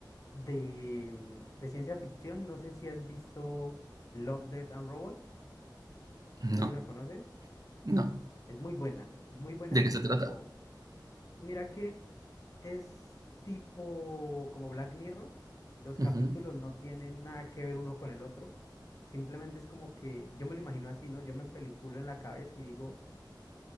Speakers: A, on the left (about 45°); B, on the right (about 50°).
A: de, de ciencia ficción, no sé si has visto Love, Death and Robots, no sé
B: No,
A: si la conoces.
B: no.
A: Es muy buena, es muy buena,
B: ¿De
A: es así
B: qué se
A: tipo,
B: trata?
A: mira que es tipo como Black Mirror, los
B: Ujú,
A: capítulos no tienen nada que ver uno con el otro, simplemente es como que yo me lo imagino así, ¿no? Yo me peliculo en la cabeza y digo,